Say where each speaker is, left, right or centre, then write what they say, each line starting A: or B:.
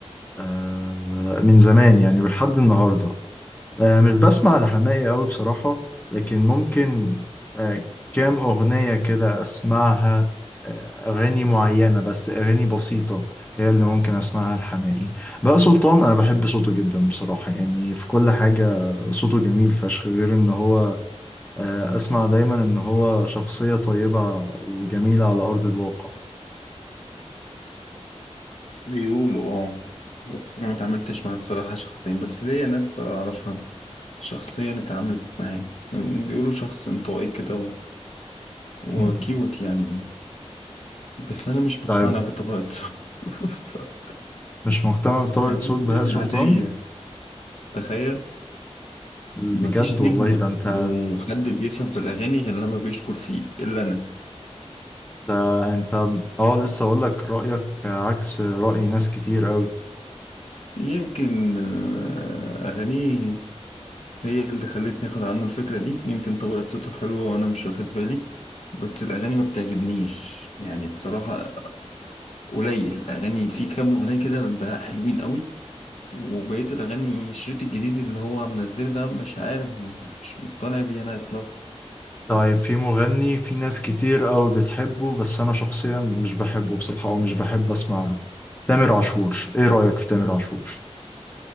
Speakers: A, on the left; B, on the left.
A: أه من زمان يعني ولحد النهارده آه، مش بسمع لحماقي أوي بصراحة لكن ممكن آه، كام أغنية كده أسمعها آه، أغاني معينة بس أغاني بسيطة هي اللي ممكن أسمعها لحماقي بقى سلطان أنا بحب صوته جدا بصراحة يعني في كل حاجة صوته جميل فشخ غير إن هو آه، أسمع دايما إن هو شخصية طيبة وجميلة على أرض الواقع
B: بيقولوا اه بس انا ما اتعاملتش معاه بصراحة شخصيا بس ليا ناس اعرفها شخصيا اتعاملت معاه يعني بيقولوا شخص انطوائي كده و... وكيوت
A: م- م.
B: يعني بس انا مش
A: طيب
B: مقتنع بطبيعته <laughs> بصراحة.
A: مش مهتم بطبقة
B: يعني
A: صوت
B: حاجة
A: بهاء سلطان
B: عادية تخيل
A: بجد
B: مفيش
A: والله
B: نجم
A: ده أنت
B: وحد بيفهم في الأغاني غير لما بيشكر فيه إلا أنا
A: ده انت اه لسه اقول لك رأيك عكس رأي ناس كتير قوي
B: <laughs> يمكن آه، أغانيه هي اللي خلتني اخد عنه الفكرة دي يمكن طبقة صوته حلوة وانا مش واخد بالي بس الاغاني ما بتعجبنيش يعني بصراحة قليل الاغاني في كام اغنية كده البهاء حلوين قوي وبقية الاغاني الشريط الجديد اللي هو منزله ده مش عارف م- مش مقتنع بيه انا اطلاقا
A: طيب في مغني في ناس كتير قوي بتحبه بس انا شخصيا مش بحبه بصراحة او مش بحب اسمع له تامر عاشور ايه رأيك في تامر عاشور